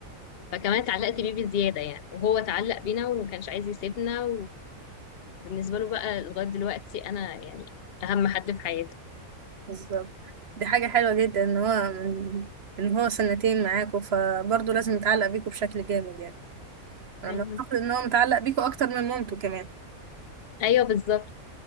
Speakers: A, on the left (about 55°); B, on the right (about 55°).
A: فكمان اتعلقت بيه بزياده يعني وهو اتعلق بينا وما كانش عايز يسيبنا وبالنسبه له بقى لغايه دلوقتي انا يعني اهم حد في حياته
B: بالظبط دي حاجه حلوه جدا ان هو من ان هو سنتين معاكوا فبرضه لازم يتعلق بيكوا بشكل جامد يعني انا
A: ايوه
B: اعتقد ان هو متعلق بيكوا اكتر من مامته كمان
A: ايوه بالظبط